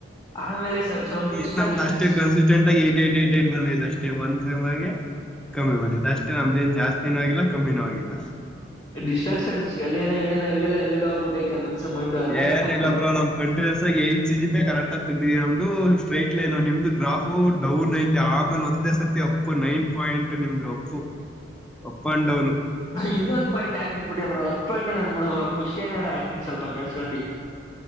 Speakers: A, on the left; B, in the centre.
A: ಆಮೇಲೆ ಸ್ವಲ್ಪ ಸಮ್
B: ಇನ್ನೇ
A: ಡಿಸ್ಟ್ರಾಕ್ಷನ್ಸ್
B: ನಮ್ದ ಅಷ್ಟೇ ಕನ್ಸಿಸ್ಟೆಂಟ್ ಆಗ ಏಟ್ ಏಟ್ ಏ ಟ್ ಬಂದ್ ಅಷ್ಟೇ ಒಂದ್ ಸಮೆ ಕಮ್ಮಿ ಬಂದೆ ಅಷ್ಟೇ ನಮ್ದೇಏನ್ ಜಾಸ್ತಿನೂ ಆಗಿಲ್ಲ ಕಮ್ಮಿನೂ ಆಗಿಲ್ಲ
A: ಡಿಸ್ಟ್ರಾಕ್ಷನ್ಸ್ ಎಲ್ಲೇಏ ಏನೇನ ಇಲ್ಲೆಲ್ಲ ಎಲ್ಲ ಹೋಗಬಿಟ್ಟೈಐತೆ ಮನ್ಸ ಮೈಂಡ್ ಹಂಗ
B: ಏನಿಲ್ಲ
A: ಸ್ವಲ್ಪ
B: ಬ್ರೋ ನಮ್ ಕಂಟಿನ್ಯೂಸ್ ಆಗ eight C G P correct ಆಗಿ ತಗವಿ ನಮ್ದು ಸ್ಟ್ರೈಟ್ ಲೈನ್ ನಿಮ್ದು ಗ್ರಾಫು ಡೌನ್ ಐತೆ ಆಮೇಲೆ ಒಂದು ಒಂದೇ ಸತಿ ಅಪ್ಪು ನೈನ್ ಪಾಯಿಂಟ್ ನಿಮ್ದು ಅಪ್ಪು ಅಪ್ ಅಂಡ್ ಡೌನ್
A: ಇನ್ನೊಂದು ಪಾಯಂಟ್ ಆಗ್ಬ ಬಿಟ್ಬಿಟ್ಟ ಬರು ಹ ಪಾಯಿಂ ಏಂದನ್ಬಿಬ ಬ ಷಿಯನಾರ ಆಯತಲ್ ಪಗ ಗಡಿ